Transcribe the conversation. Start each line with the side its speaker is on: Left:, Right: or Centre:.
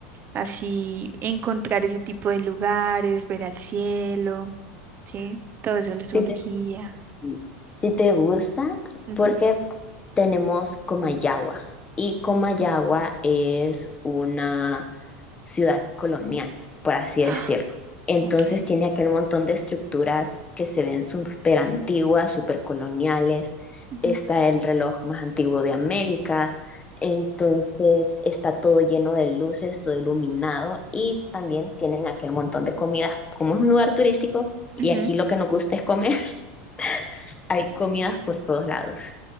Right: así encontrar ese tipo de lugares, ver al cielo, ¿sí? Todo eso, la zoología.
Left: sí te, sí, sí te gusta,
Right: Ujú.
Left: porque tenemos Comayagua y Comayagua es una ciudad colonial, por así
Right: <gasps>
Left: decirlo.
Right: Ah,
Left: Entonces
Right: Ok.
Left: tiene aquel montón de estructuras que se ven súper antiguas, súper coloniales.
Right: ujú.
Left: Está el reloj más antiguo de América. Entonces está todo lleno de luces, todo iluminado y también tienen aquel montón de comidas. Como es un lugar turístico y
Right: Ujú,
Left: aquí lo que nos gusta es comer, <laughs> hay comidas por todos lados.